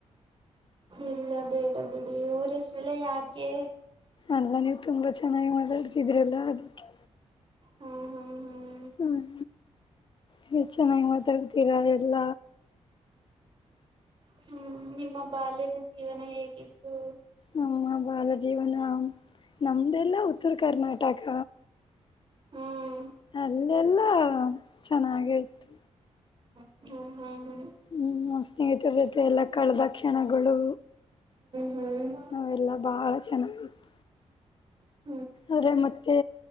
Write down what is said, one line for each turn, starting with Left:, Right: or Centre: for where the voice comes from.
Right: ಇಲ್ಲ ಬೇಡ ಬಿಡಿ ಊರಹೆಸರೆಲ್ಲ ಯಾಕೆ
Left: ಅಲ್ಲ್ಲ ನೀವು ತುಂಬಾ ಚೆನ್ನಾಗಿ ಮಾತಾಡ್ತಿದ್ರಲ್ಲಾ ಅದಕ್ಕೇ
Right: ಹ್ಮ್ ಹ್ಮ್ ಹ್ಮ್
Left: ಹ್ಮ್ ಹೆ ಚೆನ್ನಗ್ ಮತ್ತ್ ತಡಿತೀರಾ ಎಲ್ಲ
Right: ಹ್ಮ್ ನಿಮ್ಮ ಬಾಲ್ಯದ ಜೀವನ ಹೇಗಿತ್ತು
Left: ನಮ್ಮ ಬಾಲ ಜೀವನ ನಮ್ದೆಲ್ಲ ಉತ್ತರ ಕರ್ನಾಟಕ
Right: ಹ್ಮ್
Left: ಅಲ್ಲೆಲ್ಲ ಚೆನ್ನಾಗಾಯ್ತು
Right: ಹ್ಮ ಹ್ಮ ಹ್ಮ
Left: ಹ್ಮ್ ನಾವು ಸ್ನೇಹಿತರ ಜೊತೆ ಎಲ್ಲಾ ಕಳೆದ ಕ್ಷಣಗಳು
Right: ಹ್ಮ್ ಹ್ಮ್ ಹ್ಮ್
Left: ಅವೆಲ್ಲ ಬಾಳ ಅ <unintelligible>
Right: ಹಾ
Left: ಆದ್ರೆ ಮತ್ತೆ